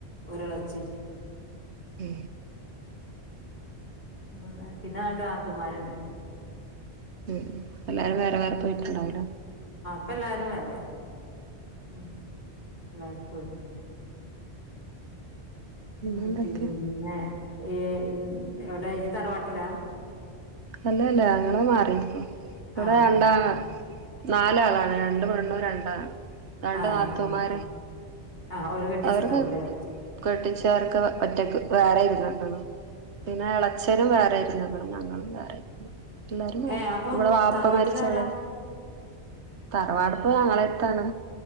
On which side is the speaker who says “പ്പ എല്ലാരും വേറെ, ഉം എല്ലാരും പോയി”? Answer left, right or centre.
Left